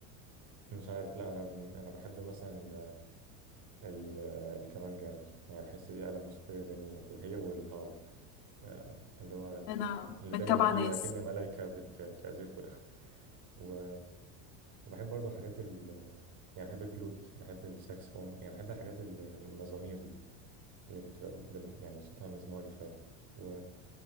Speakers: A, on the right; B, on the left.
A: مش عارف لا انا انا بحب مثلا ال... الكمانجا قوي يعني بحس دي آلة موسيقيه جميله كده هي والهارب أه، اللي هو
B: انا
A: اللي
B: متابعة
A: دايما فيه
B: ناس
A: اكن ملايكه بت... بتعزفه ده و... وبحب برضو حاجات ال يعني بحب الفلوت بحب الساكسفون يعني بحب الحاجات ال- المزامير دي اللي بتبقى بال- يعني صوتها مزماري شوية و